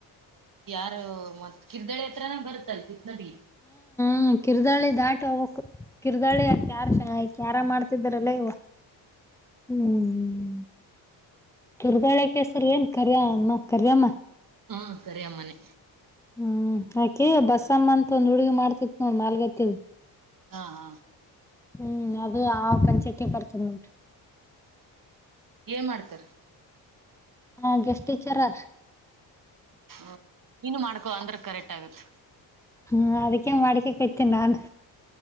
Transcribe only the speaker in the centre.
ಹ್ಮ ಕಿರ್ದಳಿ ದಾಟ ಹೋಗ್ಬೇಕು ಕಿರ್ದಾಳಿ ಕ್ಯಾರ ಕ್ಯಾರ ಮಾಡ್ತಿದ್ರಲ್ಲ ಇವ. ಹ್ಮ್ ಕಿರ್ದಾಳಿ ಕೇಸರ್ಎನ್ ಕರಿಯಮ್ಮ ಕರಿಯಮ್ಮ.
ಹ್ಮ್ ಅಕಿ ಬಸ್ಸಮ್ಮ ಅಂತ ಒಂದ್ ಹುಡ್ಗಿ ಮಾಡ್ತಿತ್ ನೋಡ್ ಮಾಲ್ಗತ್ತಿದು.
ಹ್ಮ್ ಅದು ಆ ಪಂಚಾಯಿತಿಗೆ ಬರ್ತದ್ ನೋಡ್ರಿ.
ಹಾ ಗೆಸ್ಟ್ ಟೀಚರ್ರ್
ಹ್ಮ ಅದಕ್ಕೆೇ ಮಾಡಕಕೇತಿ ನಾನು